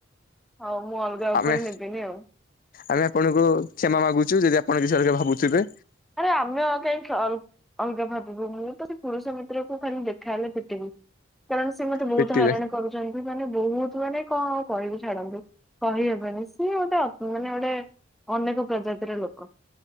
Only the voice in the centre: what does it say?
ହୋଉ, ମୁଁ ଅଲଗା ଉପରେ
ନେବିନି ଆଉ।
ଆରେ ଆମେ କାହିଁ କି ଅଲଗା ଭାବିବୁ ମୁଁ ତ ସେ ପୁରୁଷ ମିତ୍ରକୁୁ ଖାଲି ଦେଖାହେଲେ ପିଟିବି। କାରଣ ସେ ମତେ ବୋହୁତୁ
ହଇରାଣ କରୁଛନ୍ତି ମାନେ ବୋହୁତୁ ମାନେ କଣ କହିବି ଛାଡ଼ନ୍ତୁ। କହିହବନି ସିଏ ଗୋଟେ ମାନେ ଗୋଟେ ଅନେକ ପ୍ରଜାତିର ଲୋକ।